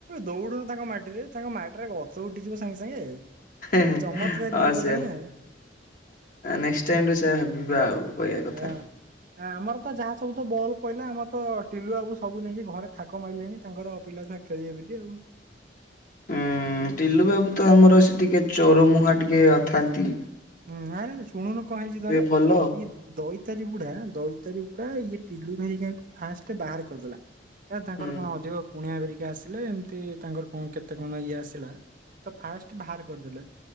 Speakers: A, on the right; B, on the left.
A: ଦୌଡ଼ୁ ତାଙ୍କ ମାଟିରେ ତାଙ୍କ ମାଟିରେ ଗଛ ଉଠିଯିବ ସାଙ୍ଗେ ସାଙ୍ଗେ।
B: ହ
A: ଚମତ୍କାରୀ ଲୋକ
B: ସେ
A: ତମେ ହଁ।
B: ନେ ଟାଇ ସେବିବା ଆଉ କହିବା କଥା।
A: ହଁ ଆମର ତ ଯାହା ସବୁ ତ ବଲ୍ କହିଲ ଆମ ତ ଟିଲୁ ଆବୁ ସବୁ ନେଇକି ଘରେ ଥାକ ମାରିଲେଣି ତାଙ୍କର ପିଲା ଛୁଆ ଖେଳିବେ ବୋଲି ଆଉ
B: ହୁଁ ଟିଲୁ ବାବୁ ତ ଆମର ସେ ଟିକେ ଚୋରମହାଁ ଟିକେ ଅଥାନ୍ତି
A: ହୁଁ ନରେ ଶୁଣୁନୁ କଣ ହେଇଛି ତରେ
B: ଭଲ
A: ଇଏ ଦଇ ାରୀ ବୁଢା ଦୈତାରୀ ବୁଢା ଇଏ ଟିଲୁ ଭେରିକା ଫାଷ୍ଟ ବାହାର କରିଦେଲା। ନା ତାଙ୍କର
B: ହୁଁ।
A: କଣ ଅଧିକ କୁଣିଆ ବରିକ। ଆସିଲେ ଏମିତି ତାଙ୍କର କଣ କେତେ ମାନ ଇଏ ଆସିଲା ତ ଫାଷ୍ଟ ବାହାର କରିଦେଲେ।